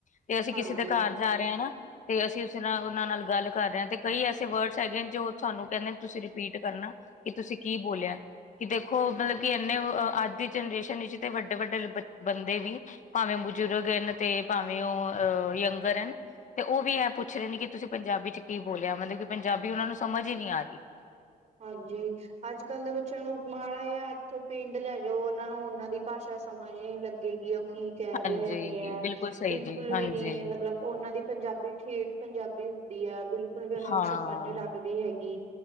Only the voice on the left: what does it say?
ਤੇ ਅਸੀਂ
ਕਿਸੇ ਦੇ ਘਰ ਜਾ ਰਹੇ ਹੈ ਨਾ। ਤੇ ਅਸੀਂ ਉਸੇ ਨਾਲ ਉਹਨਾਂ ਨਾਲ ਗੱਲ ਕਰ ਰਹੇ ਹਾਂ ਤੇ ਕਈ ਐਸੇ ਵਰਡਸ ਹੈਗੇ ਜੋ ਤੁਹਾਨੂੰ ਕਹਿੰਦੇ ਤੁਸੀਂ ਰਿਪੀਟ ਕਰਨਾ ਕਿ ਤੁਸੀਂ ਕੀ ਬੋਲਿਆ। ਕਿ ਦੇਖੋ ਮਤਲਬ ਕਿ ਇੰਨੇ ਅੱਜ ਦੀ ਜਨਰੇਸ਼ਨ ਵਿੱਚ ਤੇ ਵੱਡੇ ਵੱਡੇ ਬ ਬੰਦੇ ਵੀ ਭਾਵੇਂ ਉਹ ਬਜ਼ੁਰਗ ਹਨ ਤੇ ਭਾਵੇਂ ਉਹਹ ਯੰਗਰ ਹਨ। ਤੇ ਉਹ ਵੀ ਐ ਪੁੱਛ ਰਹੇ ਨੇ ਕਿ ਤੁਸੀਂ ਪੰਜਾਬੀ ਚ ਕੀ ਬੋਲਿਆ ਮਤਲਬ ਕਿ ਪੰਜਾਬੀ ਉਹਨਾਂ ਨੂੰ ਸਮਝ ਹੀ ਨਹੀਂ ਆ ਰਹੀ।
ਹਾਂਜੀ,
ਬਿਲਕੁਲ ਸਹੀ
ਜੀ,
ਹਾਂਜੀ,
ਹਾਂ।